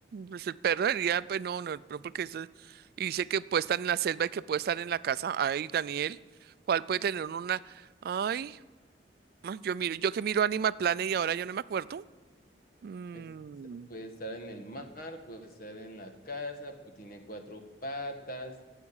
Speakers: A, on the right (about 60°); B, on the left (about 55°).
A: Pues el perro diría, pues no, no, no, porque eso es- y dice que puede estar en la selva y que puede estar en la casa. Ay, Daniel, ¿cuál puede tener una? Ay, ah, yo miro, yo que miro Animal Planet y ahora yo no me acuerdo. Mm,
B: Es- puede estar en el mar, puede estar en la casa, pues tiene cuatro patas.